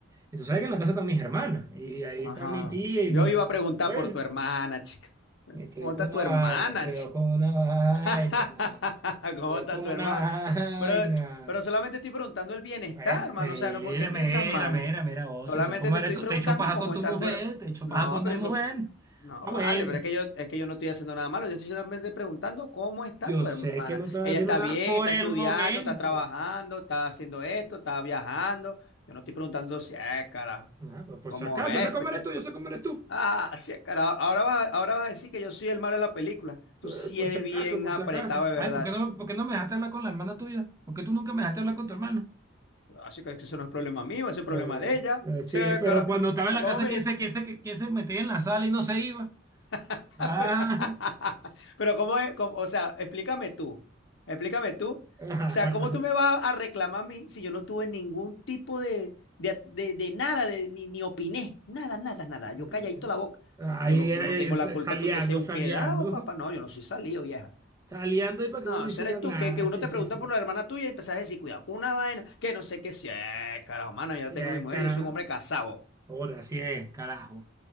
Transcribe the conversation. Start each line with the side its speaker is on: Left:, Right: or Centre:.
Right: Y tú sabes que en la casa están mis hermanas. Y ahí
Left: Ajá.
Right: está mi tía y
Left: Yo
Right: mi
Left: iba a preguntar
Right: abuela.
Left: por tu hermana, chica.
Right: Eh, cuidado
Left: ¿Cómo está
Right: con una
Left: tu hermana,
Right: vaina, cuidado
Left: chica?
Right: con una vaina,
Left: <laughs> ¿Cómo
Right: cuidado
Left: está
Right: con
Left: tu
Right: una
Left: hermano?
Right: vaina.
Left: Pero, pero solamente estoy preguntando el bienestar,
Right: Eh,
Left: hermano.
Right: mira,
Left: O sea, no, ¿por qué piensas
Right: mira,
Left: mal?
Right: mira, mira, ocio.
Left: Solamente
Right: O sea, ¿cómo
Left: te
Right: eres
Left: estoy
Right: tú?
Left: preguntando
Right: Te echo paja
Left: cómo
Right: con tu
Left: está
Right: mujer,
Left: tu hermano.
Right: te echo
Left: No,
Right: paja con
Left: pero
Right: la mujer.
Left: ¿y por qué? No,
Right: Ah,
Left: vale,
Right: Bueno,
Left: pero es que yo, es que yo no estoy haciendo nada malo. Yo estoy solamente preguntando cómo está
Right: yo
Left: tu
Right: sé
Left: hermana.
Right: que no estás
Left: Ella
Right: haciendo
Left: está
Right: nada
Left: bien,
Right: por
Left: está estudiando,
Right: el momento.
Left: está trabajando, está haciendo esto, está viajando. Yo no estoy preguntando si es, cara,
Right: Ah, pero por
Left: cómo
Right: si acaso,
Left: es,
Right: yo sé cómo
Left: pete.
Right: eres tú, yo sé cómo eres tú.
Left: Ah, sí, cara, ahora vas, a- ahora vas a decir que yo soy el malo de la película. Tú sí
Right: Eh, Por
Left: eres
Right: si acaso,
Left: bien
Right: por
Left: apretado
Right: si acaso.
Left: de
Right: Ay,
Left: verdad.
Right: ¿por qué no, por qué no me dejaste hablar con la hermana tuya? ¿Por qué tú nunca me dejaste hablar con tu hermano?
Left: Así que eso no es problema mío, ese es
Right: Eh,
Left: problema de ella.
Right: Eh, sí,
Left: Sí,
Right: pero
Left: cara.
Right: cuando estaba
Left: Ah,
Right: en la
Left: ¿Cómo
Right: casa,
Left: me
Right: ¿quién
Left: dice?
Right: se, quién se, quién se metía en la sala y no se iba?
Left: <laughs>
Right: Ah,
Left: Pero, <laughs> pero ¿cómo es? ¿Cómo- o sea, explícame tú. Explícame tú. O
Right: <laughs>
Left: sea, ¿cómo tú me vas a a reclamar a mí si yo no tuve ningún tipo de, de, de- de nada, de, ni, ni opiné? Nada, nada, nada. Yo
Right: eh,
Left: calladito la boca.
Right: ahí
Left: Yo no,
Right: eh,
Left: yo no tengo
Right: s-
Left: la culpa
Right: saleando,
Left: que usted sea un
Right: saleando,
Left: quedado, papá. No, yo no soy salido, vieja.
Right: saleando <laughs> y para que
Left: No,
Right: uno no hiciera
Left: ese eres
Right: nada.
Left: tú, que, que uno
Right: Sí,
Left: te
Right: sí,
Left: pregunta
Right: sí.
Left: por la hermana tuya y empezás a decir, cuidado con una vaina, que no sé qué sea. Eh, Carajo, mano, yo
Right: Sí,
Left: tengo
Right: eh,
Left: mi mujer,
Right: cara.
Left: yo soy un hombre casado.
Right: Joda, sí, eh, carajo.